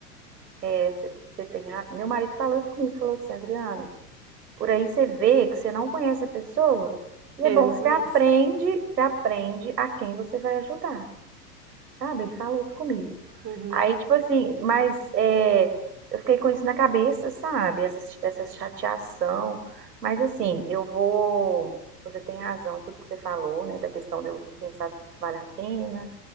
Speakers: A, on the right; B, on the right.
A: É, você você tem ra- Meu marido falou isso comigo, falou assim, Adriana, por aí você vê que você não conhece a pessoa, e
B: É,
A: é bom,
B: não
A: você
B: conhece.
A: aprende, você aprende a quem você vai ajudar, sabe? Ele falou isso comigo.
B: Uhum.
A: Aí, tipo assim, mas é, eu fiquei com isso na cabeça, sabe? Essa, essa chateação. Mas assim, eu vou. Você tem razão, tudo que você falou, né? Da questão de eu pensar se isso vale a pena.